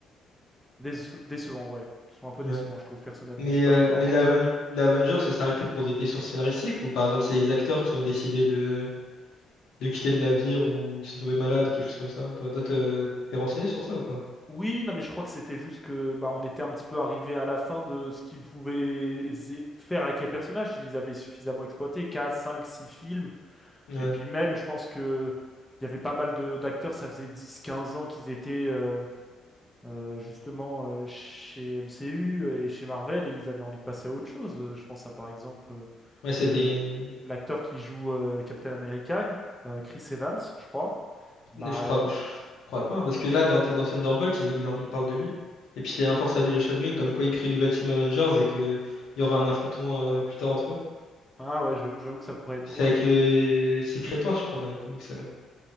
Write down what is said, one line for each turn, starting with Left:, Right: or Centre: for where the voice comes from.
Centre: Déce- décevant, ouais. Ils sont un peu
Left: Ouais.
Centre: décevants, je trouve, personnellement.
Left: Mais,
Centre: Je sais pas
Left: euh,
Centre: ce que t'en
Left: mais
Centre: penses.
Left: l'Aven- l'Avengers ça s'arrêtait pour des questions scénaristiques ou par exemple c'est les acteurs qui ont décidé de, de quitter le navire ou qui sont tombés malades ou quelque chose comme ça? Toi, toi, t'es t'es renseigné sur ça ou pas?
Centre: Oui, non, mais je crois que c'était juste que bah, on était un petit peu arrivé à la fin de ce qu'ils pouvaient zé- faire avec les personnages. Ils les avaient suffisamment exploités. quatre cinq 6 films.
Left: Ouais.
Centre: Et puis même, je pense que il y avait pas mal de d'acteurs. Ça faisait 10 15 ans qu'ils étaient euh, euh, justement euh, chez MCU et chez Marvel. Et ils avaient envie de passer à autre chose. Euh, Je pense à par exemple euh,
Left: Ouais, c'était
Centre: le-
Left: une...
Centre: l'acteur qui joue euh, Captain America, euh, Chris Evans, je crois. Bah,
Left: une- Je crois...
Centre: euh,
Left: je crois pas, hein, parce que là, dans, dans Thunderbolt, ils, ils, en- ils parlent de lui. Et puis c'est un force de Shadowing, comme quoi il crée une nouvelle team Avengers et que il y aura un affrontement euh, plus tard entre eux.
Centre: ah ouais, je- j'avoue que ça pourrait être drôle,
Left: C'est avec
Centre: mais
Left: le Secret Wars, je crois, dans les comics, ça s'appelle.